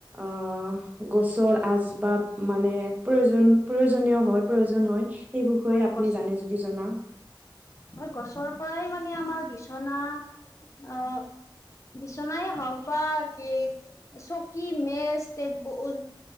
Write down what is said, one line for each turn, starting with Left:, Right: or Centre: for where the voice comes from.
Right: অহ গছৰ আচবাব মানে প্ৰয়োজন প্ৰয়োজনীয় হয় প্ৰয়োজন হয় সেই বিষয়ে
Left: হয়
Right: আপুনি
Left: গছ
Right: জানে যদি জনাওক।
Left: হয় গছৰ পৰাই মানে আমাৰ বিচনা আহ বিছনাই হওক বা যে চকী মেজ টেবুল